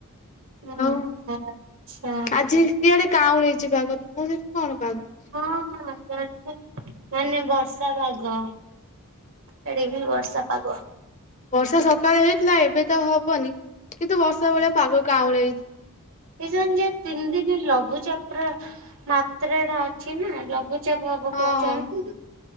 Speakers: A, on the right (about 65°); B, on the left (about 35°).
A: ହଁ
B: ଆଉ
A: ଆଚଛା।
B: ଆଜି ଇଆଡେ କାଁ ଉଳେଇଛି ପାଗ ତମର ସେଠି କଣ ପାଗ?
A: ହଁ ହଁ ହଁ ମାନେ ବର୍ଷା ପାଗ ଏଠିବି ବର୍ଷା ପାଗ।
B: ବର୍ଷା ସକାଳେ ହେଇଥିଲା ଏବେ ତ ହବନି କିନ୍ତୁ ବର୍ଷା ଭଳିଆ ପାଗ କାଉଁଳି ହେଇଛି।
A: ଏସ ଯ ତିନି ଦିନ ଲଘୁଚାପ ର ମାତ୍ରା ଟା ଅଛି ନା ଲଘୁ ଚାପ ଭବ
B: ହଁ
A: କହୁଛନ୍ତି